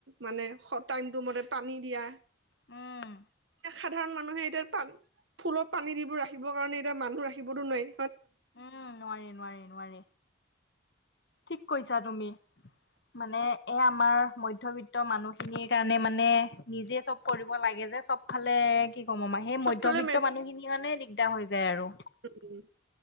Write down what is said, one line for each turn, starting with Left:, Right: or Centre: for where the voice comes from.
Right: মানে টাইমটো মতে পানী দিয়া
Left: উম
Right: সাধাৰণ মানুহে এতিয়া প ফুলত পানী দিবোৰ ৰাখিবৰ কাৰণে এতিয়া মানুহ ৰাখিবতো নাই
Left: উম নোৱাৰি নোৱাৰি নোৱাৰি ঠিক কৈছা তুমি মানে এ আমাৰ মধ্যবিত্ত মানুহখিনিৰ কাৰণে মানে নিজে চব কৰিব লাগে যে চবফালে কি ক'ম আমাৰ সেই
Right: চবফালে
Left: মধ্যবিত্ত মানুহখিনি মানে দিগদাৰ হৈ যায় আৰু
Right: উম